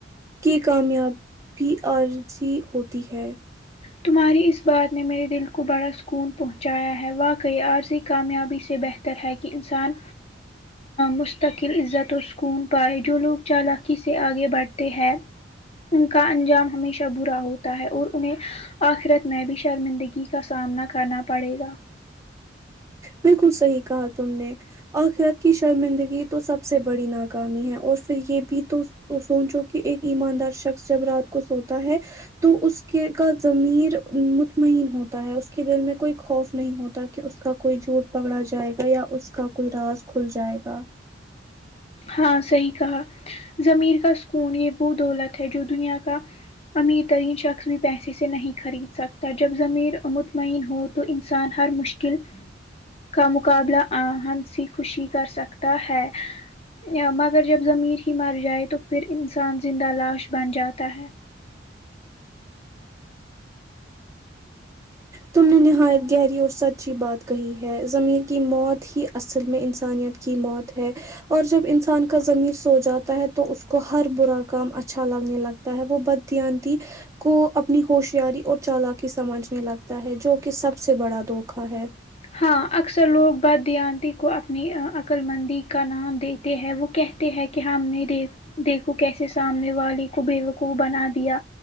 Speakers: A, on the right (about 15°); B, on the left (about 35°).
A: کی کامیابی عرضی ہوتی ہے
B: تمہاری اس بات نے میرے دل کو بڑا سکون پہنچایا ہے واقعی عارضی کامیابی سے بہتر طر ہے کہ انسان مستقل عزت اور سکون پائے جو لوگ چالاکی سے آگے بڑھتے ہیں ان کا انجام ہمیشہ برا ہوتا ہے اور انہیں آخرت میں بھی شرمندگی کا سامنا کرنا پڑے گا
A: بالکل صحیح کہا تم نے آخرت کی شرمندگی تو سب سے بڑی ناکامی ہے اور پھر یہ بھی تو سونچو کہ ایک ایماندار شخص جب رات کو سوتا ہے تو اس کے کا زضمیر مطمئن ہوتا ہے اس کے دل میں کوئی خوف نہیں ہوتا کہ اس کا کوئی جھوٹ پکڑا جائے گا یا اس کا کوئی راز کھل جائے گا
B: ہاں صحیح کہا زضمیر کا سکون یہ وہ دولت ہے جو دنیا کا امیر ترین شخص بھی پیسے سے نہیں خرید سکتا جب ضمیر مطمئن ہو تو انسان ہر مشکل کا مقابلہ ہنسی خوشی کر سکتا ہے مگر جب زمیر ہی مر جائے تو پھر انسان زندہ لاش بن جاتا ہے
A: تم نے نہایت گہری اور سچی بات کہی ہے زمیر کی موت ہی اصل میں انسانیت کی موت ہے اور جب انسان کا زمیر سو جاتا ہے تو اس کو ہر برا کام اچھا لگنے لگتا ہے وہ بدیاندتی کو اپنی ہوشیاری اور چالقی سمجھنے لگتا تا ہے جو کہ سب سے بڑا دھوکا ہے
B: ہاں اکثر لوگ بدانتی کو اپنی عقل مندی کا نام دےتے ہیں وہ کہتے ہیں کہ ہم نہیں دیک دیکھو کیسے سامنے والے کو بیکوف بنا دیا